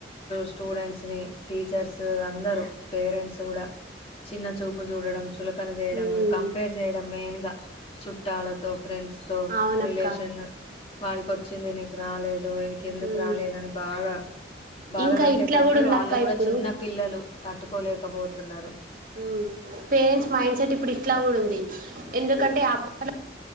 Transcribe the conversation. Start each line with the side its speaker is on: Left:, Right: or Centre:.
Left: స్టూడెంట్స్ నీ టీచర్స్ తరు అందరూ పేరెంట్స్ గూడా చిన్న చూపు చూడడం. చులకన జేయడమూ,
Right: ఉమ్
Left: కంపేర్ జేయడం మెయిన్ గా. చుట్టాలతో ఫ్రెండ్స్ తో,
Right: అవునక్క
Left: రిలేషన వాడికి ఒచ్చింది నీకు రాలేద్. నువేనికి ఎందుకు
Right: ఉమ్
Left: రాలేదని బాగా, బాధ
Right: ఇంకా
Left: పెట్టేసరికి
Right: ఇట్లా కూడా ఉందక్క
Left: వాళ్ళు గూడా
Right: ఇప్పుడు
Left: చిన్న పిల్లలు తట్టుకోలేకపోతున్నారు.
Right: ఊ పేరెంట్స్ మైండ్ సెట్ ఇప్పుడు ఇట్లా గూడా ఉంది. ఎందుకంటే అ <inaudible> <inaudible>